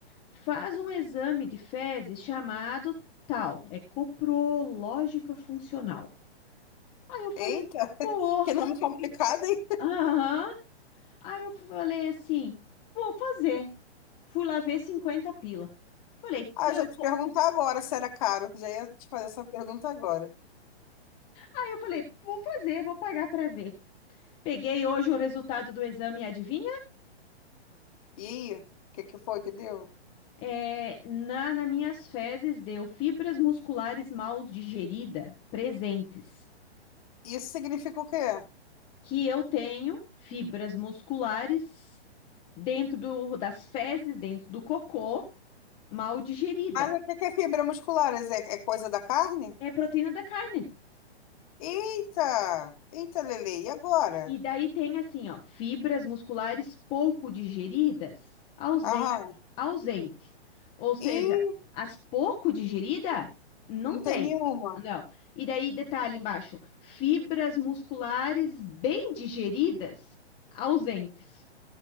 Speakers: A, on the left; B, on the left.
A: Faz um exame de fezes chamado tal, é coprológica funcional. Aí eu falei:
B: Eita, <laughs>
A: Pô,
B: que nome complicado, hein?
A: aham. Aí eu falei assim: Vou fazer. Fui lá ver 50 pila. Falei,
B: Ah,
A: eu-
B: eu já te perguntar agora se era caro. Já ia te fazer essa pergunta agora.
A: aí eu falei, vou fazer, vou pagar para ver. Peguei hoje o resultado do exame, adivinha?
B: E aí, o que que foi que deu?
A: É, na, nas minhas fezes deu fibras musculares mal digerida presentes,
B: Isso significa o quê?
A: que eu tenho fibras musculares dentro do- das fezes, dentro do cocô, mal digerida.
B: Mas o que que é fibra muscular? É, é coisa da carne?
A: É proteína da carne,
B: Eita! Eita, Lele, e agora?
A: E daí tem assim, ó, fibras musculares pouco digeridas, ausente,
B: Aham.
A: ausente. Ou seja,
B: E
A: as pouco digerida não
B: não
A: tem.
B: tem nenhuma.
A: Não. E daí detalhe embaixo, fibras musculares bem digeridas, ausentes.